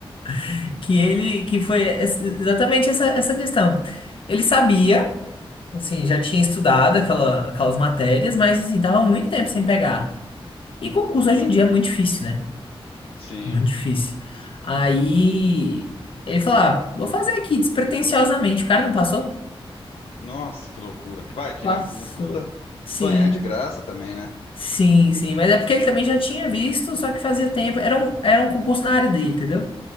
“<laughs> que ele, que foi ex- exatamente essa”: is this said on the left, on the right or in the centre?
Left